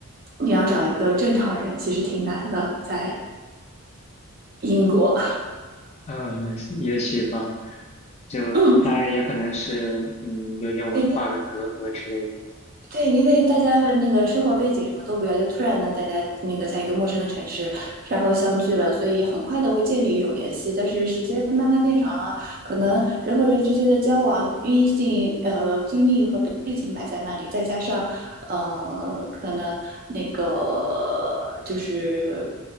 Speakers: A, on the right; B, on the left.
A: 你要找一个正常人其实挺难的，在英国。
B: 嗯，<laughs> 也许吧，就当然也可能是嗯有点文化的隔阂之类的。
A: <laughs> <clears throat> 对，因为大家的那个生活背景什么都不一样，就突然呢，大家那个在一个陌生的城市，然后相聚了，所以很快的会建立一种联系。但是时间慢慢变长了，可能人和人之间的交往，毕竟呃经历和背景摆在那里，再加上呃可能那个就是